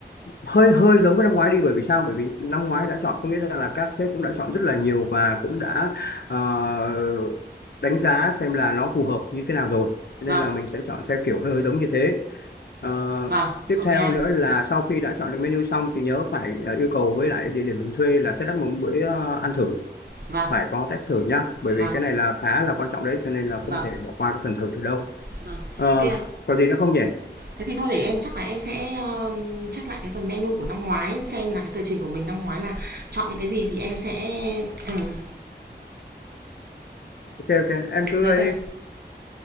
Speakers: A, on the left; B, on the right.
A: hơi hơi giống với năm ngoái đi bởi vì sao bởi vì năm ngoái đã chọn có nghĩa là các sếp cũng đã chọn rất là nhiều và cũng đã ờ, đánh giá xem là nó phù hợp như thế nào rồi cho
B: vâng
A: nên là mình sẽ chọn theo kiểu hơi, hơi giống như thế Ờ,
B: vâng
A: tiếp
B: ok
A: theo
B: anh
A: nữa là sau khi đã chọn được menu xong thì nhớ phải ờ, yêu cầu với lại địa điểm mình thuê là set up một bữa ờ, ăn thử
B: vâng
A: phải có test thử nhá bởi
B: vâng
A: vì cái này là khá là quan trọng đấy cho nên là không
B: vâng
A: thể bỏ qua cái phần thử được đâu
B: vâng
A: Ờ,
B: ok anh
A: còn gì nữa không nhỉ
B: Thế thì thôi để em chắc là em sẽ, ờ, check lại cái phần menu của năm ngoái xem là cái tờ trình của mình năm ngoái là chọn những cái gì thì em sẽ ừm,
A: ok ok em cứ
B: giấy
A: ấy
B: kìa.
A: đi